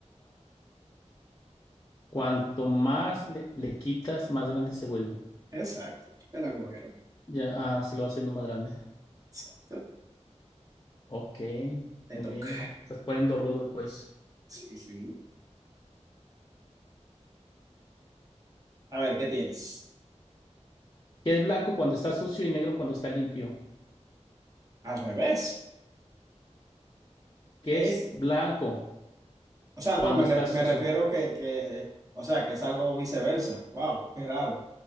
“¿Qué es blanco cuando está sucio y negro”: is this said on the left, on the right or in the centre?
Left